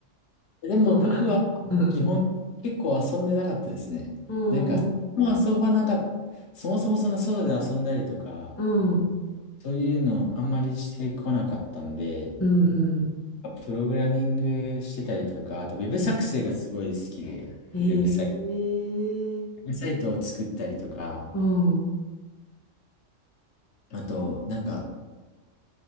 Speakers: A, on the left; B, on the left.
A: う、でも僕は基本結構遊んでなかったですね。
B: そうだ。<laughs> うん、
A: なんか、
B: うん、
A: もう遊ばなかった、そもそもそんな外で遊んだりとか、
B: うん、
A: そういうのあんまりしてこなかったんで、
B: うん、
A: プログラミングしてたりとか、あとウェブ作成がすごい好きで、
B: うん。ええ
A: ウェブサイト、ウェブサイトを作ったりとか、
B: うん、うん、
A: あと、なんか、